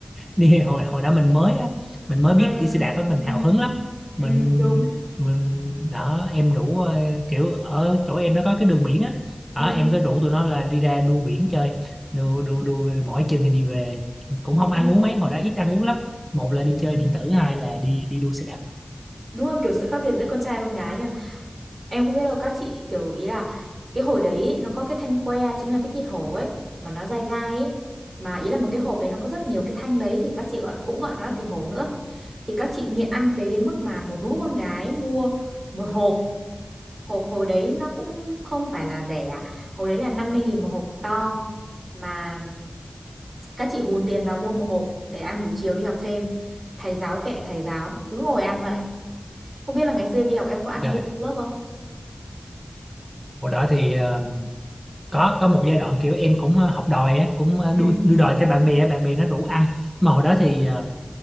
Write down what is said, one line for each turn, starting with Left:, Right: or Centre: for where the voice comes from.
Centre: đi hồi hồi đó mình mới á, mình mới biết
Right: ừ
Centre: đi xe đạp á mình
Right: ừ,
Centre: hào hứng lắm
Right: ừ,
Centre: mình
Right: đúng
Centre: mình đó em rủ ờ, kiểu ở chỗ em nó có cái đường biển á
Right: ừ.
Centre: đó em có rủ tụi nó là đi ra đu biển chơi đu đu đu mỗi chừng thì đi về cũng không
Right: ừ.
Centre: ăn uống mấy hồi đó ít ăn uống lắm một là đi chơi điện tử hai là đi đi đua xe đạp
Right: đúng là kiểu sự khác biệt giữa con trai và con gái nhỉ Em không biết đâu các chị kiểu ý là cái hồi đấy ấy, nó có cái thanh que chính là cái thịt hổ ấy mà nó dai dai ấy mà ý là một cái hộp đấy nó có rất nhiều cái thanh đấy thì các chị gọi cũng gọi nó là thịt hổ nữa thì các chị nghiện ăn cái đấy đến mức mà một lũ con gái mua một hộp hộp hồi đấy nó cũng không phải là rẻ hồi đấy là năm mươi nghìn một hộp to mà các chị hùn tiền vào mua một hộp để ăn buổi chiều đi học thêm thầy giáo kệ thầy giáo cứ ngồi ăn vậy không biết là ngày xưa em đi học em có ăn
Centre: rồi
Right: vụng lớp không
Centre: hồi đó thì ờ, có có một giai đoạn kiểu em cũng ờ, học đòi á cũng ờ,
Right: Ừ.
Centre: đua đua đòi theo bạn bè á, bạn bè nó rủ ăn mà hồi đó thì ờ,